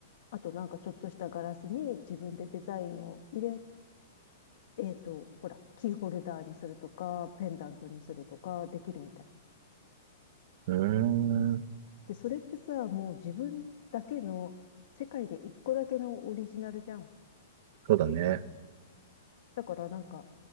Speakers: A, on the left (about 65°); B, on the right (about 55°).
A: あとなんかちょっとしたガラスに自分でデザインを入れて、えっと、ほら、キーホルダーにするとか、ペンダントにするとか、できるみたい。
B: うーん。
A: で、それってさ、もう自分だけの、世界で一個だけのオリジナルじゃん。
B: そうだね。
A: だからなんか、